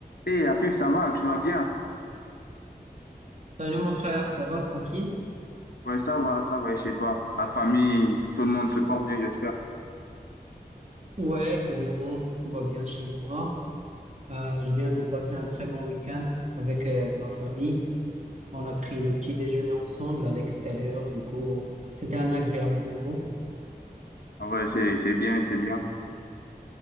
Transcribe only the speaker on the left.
Hey, Afif, ça va, tu vas bien?
Ouais, ça va, ça va, et chez toi? La famille, tout le monde se porte bien, j'espère.
Ah Ouais, c'est, c'est bien, c'est bien.